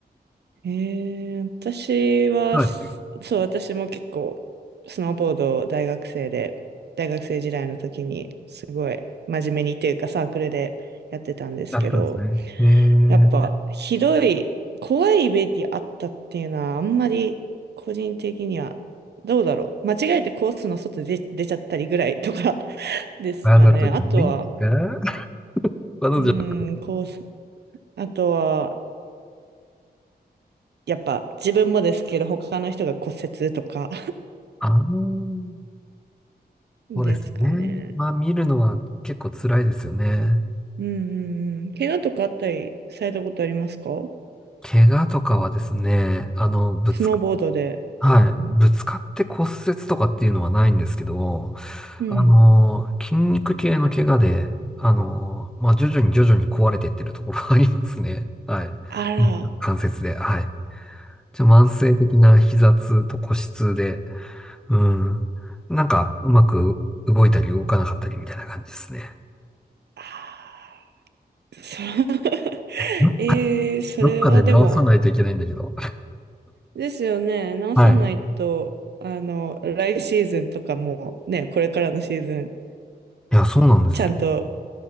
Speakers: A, on the right; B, in the centre.
A: えー、私は、
B: はい。
A: すそう、私も結構、スノーボードを大学生で、大学生時代の時に、すごい真面目にというか、サークルでやってたんですけど、
B: あったんですね。え
A: やっぱ、
B: ー、
A: ひどい、怖いイメージあったっていうのは、あんまり、個人的には、どうだろう。間違えてコースの外で出ちゃったりぐらいとか <laughs> ですかね。
B: わざとじゃないんですか
A: あとは、
B: <laughs> わざとじゃ、
A: うーん、コース、あとは、やっぱ自分もですけど、他の人が骨折とか
B: あのー
A: <laughs> ですかね。
B: そうですよね。まあ、見るのは結構辛いですよね。
A: うんうんうん。怪我とかあったりされたことありますか
B: 怪我とかはですね、あの、ぶつか、
A: スノーボードで。
B: はい、
A: うん。
B: ぶつかって骨折とかっていうのはないんですけど、
A: うん
B: あの、筋肉系の怪我で、あの、まあ、徐々に徐々に壊れていってるところがありますね。はい。
A: あら。
B: うん関節で、はい。じゃ、慢性的な膝痛と腰痛で、うん。なんか、うまく動いたり動かなかったりみたいな感じですね。
A: あーそう
B: ど、
A: <laughs> えー、それはでも、
B: どっかで直さないといけないんだけど。
A: ですよね。直さないと、
B: はい。
A: あの、来シーズンとかもね、これからのシーズン、
B: いや、そうなんですよ。
A: ちゃんと